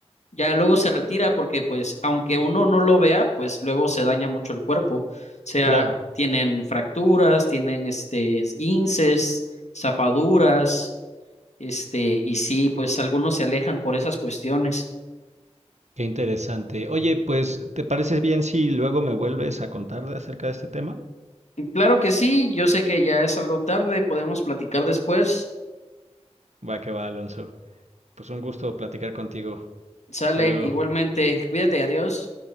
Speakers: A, on the left (about 75°); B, on the right (about 75°).
A: Ya luego se retira porque pues aunque uno no lo vea, pues luego se daña mucho el cuerpo. O sea,
B: Claro,
A: tienen fracturas, tienen este esguinces, zafaduras, este, y sí, pues algunos se alejan por esas cuestiones.
B: qué interesante. Oye, pues, ¿te parece bien si luego me vuelves a contar de- acerca de este tema?
A: Y Claro que sí, yo sé que ya es algo tarde, podemos platicar después.
B: Va que va, Alonso. Pues un gusto platicar contigo.
A: Sale,
B: Hasta luego.
A: igualmente, cuídate, adiós.